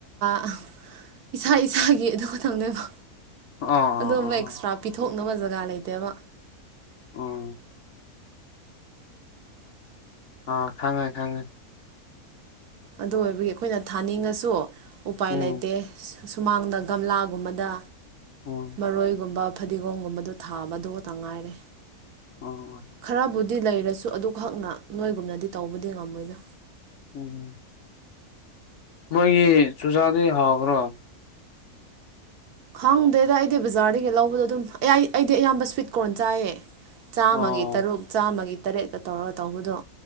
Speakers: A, on the right; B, on the left.
A: ꯑ ꯏꯁꯥ ꯏꯁꯥꯒꯤ ꯑꯗꯨ ꯈꯊꯪꯅꯦꯕ
B: ꯑꯣ
A: ꯑꯗꯣꯝꯕ
B: ꯑꯣ ꯑꯣ
A: ꯑꯦꯛꯁꯇ꯭ꯔꯥ ꯄꯤꯊꯣꯛ ꯈꯪꯅꯕ ꯖꯒꯥ ꯂꯩꯇꯦꯕ
B: ꯎꯝ ꯑꯥ ꯈꯪꯉꯦ ꯈꯪꯉꯦ
A: ꯑꯗꯨ ꯑꯣꯏꯕꯒꯤ ꯑꯩꯈꯣꯏꯅ ꯊꯥꯅꯤꯡꯉꯁꯨ ꯎꯄꯥꯏ
B: ꯎꯝ
A: ꯂꯩꯇꯦ ꯁꯨꯃꯥꯡꯗ ꯒꯝꯂꯥꯒꯨꯝꯕꯗ
B: ꯎꯝ
A: ꯃꯔꯣꯏꯒꯨꯝꯕ ꯐꯗꯤꯒꯣꯝꯒꯨꯝꯕꯗꯣ ꯊꯥꯕꯗꯨ ꯇ ꯉꯥꯏꯔꯦ
B: ꯑꯣ
A: ꯈꯔꯕꯨꯗꯤ ꯂꯩꯔꯦ ꯑꯗꯨꯨ ꯑꯗꯨꯈꯛꯅ ꯅꯣꯏꯒꯨꯝꯅꯗꯤ ꯇꯧꯕꯗꯤ ꯉꯝꯃꯣꯏꯗꯣ
B: ꯎꯝ ꯃꯣꯏꯒꯤ ꯆꯨꯖꯥꯗꯤ ꯍꯥꯎꯕ꯭ꯔꯣ
A: ꯈꯪꯗꯦꯗ ꯑꯩꯗꯤ ꯕꯖꯥꯔꯗꯒꯤ ꯂꯧꯕꯗꯣ ꯑꯗꯨꯝ ꯑꯩ ꯑꯩꯗꯤ ꯑꯌꯥꯝꯕ ꯁ꯭ꯋꯤꯠ ꯀꯣꯔꯟ ꯆꯥꯏꯌꯦ ꯆꯥꯝꯃꯒꯤ
B: ꯑꯣ
A: ꯇꯔꯨꯛ ꯆꯥꯝꯃꯒꯤ ꯇꯔꯦꯠꯀ ꯇꯧꯔꯒ ꯇꯧꯕꯗꯣ